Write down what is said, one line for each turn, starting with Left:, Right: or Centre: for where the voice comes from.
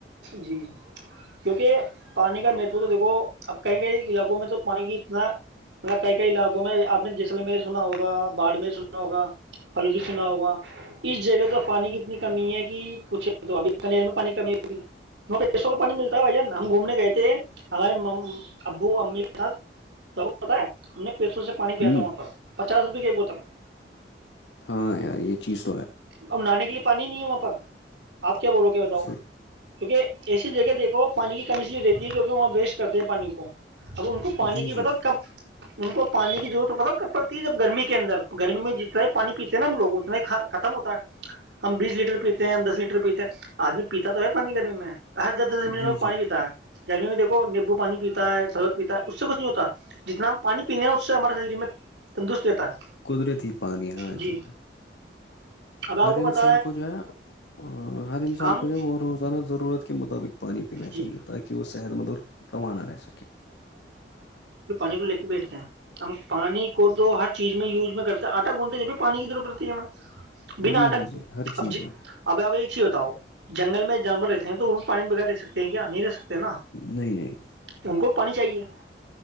Right: جی کیونکہ پانی کا مہتو تو د وہ اب کئی کئی علاقوں میں تو پانی کی اتنا مطلب کئی کئی علاقوں میں آپ نے جیسلمیر سنا ہوگا باڑمیر سنا ہوگا فلوی سنا ہوگا اس جگہ سے پانی کی اتنی کمی ہے کہ پوچے تو ابیر میں پانی کمی بھی <unintelligible> ہم پیسو کا پانی ملتا ہے بھ جان ہم گھومنے گئے تھے ہمارے ابو امی کے ساتھ بتا ہم نے پیسو سے پانی پیا
Left: ہوں
Right: تھا وہاں پر پچاس روپے کی ایک بوتل
Left: ہاں یار یہ چیز تو ہے
Right: ا نہانے کے لیے پانی نیموں پر آپ کو کیا بولو گ بتاؤ
Left: صحیح۔
Right: کیونکہ ایسی جگہ دیکو پانی کی کم اچلی رہتی ہے کیونکہ وہاں ویسٹ کرتے ہیں پانی کو اب ان کو پانی
Left: جی
Right: کی
Left: جی
Right: مطب کب ان کو پانی کیضرورت پڑ کب پڑتی ہے جب گرمی کے اندر گرمی میں جتنا ہی پانی پیتے ہیں نا ہم لوگ اتنا ختم ہوتا ہے ہم بیس لیٹر پیتے ہیں ہم دس لیٹر پیتے ہیں آدمی پیتا تو ہے پانی کرمی میں ارھ دس دس منٹ
Left: جی
Right: میں
Left: جی
Right: پانی پیتا ہے گرمی میں دیکو نیبو پانی پیتا ہے سربت پیتا ہے اس سے کچھ نہیں ہوتا جتنا ہم پانی پینے ہیں اس سے ہمارے شریر میں تندرست رہتا ہے
Left: قدرتی ہی پانی یہاں
Right: جی
Left: جو ہے
Right: اب آپ
Left: ہر انسان
Right: پتہ
Left: کو جو ہے نا ہر انسان
Right: ہم
Left: کو جو ہے وہ روز انہ ضرورت کے مطابق پانی پینا
Right: جی
Left: چاہیے تاکہ وہ صحت مند اور روانہ رہ سکے
Right: انی کو لے کے بیٹھتے ہیں ہم پانی کو تو ہر چیز میں یوز میں کرتے آٹا گندتے یہب بھی پانی کی ضرورت پڑتی ہے ہمیں بنا
Left: جی
Right: آٹا
Left: جی جی ہر
Right: اب
Left: چیز
Right: جی
Left: میں
Right: اب آے ہی بتاؤ جنگل میں جو جانور رہتے ہیں تو وہ بھی پانی بغیر رہ سکتے کیا نہیں رہ سکتے نا
Left: نہیں نہیں
Right: ان کو پانی چاہیے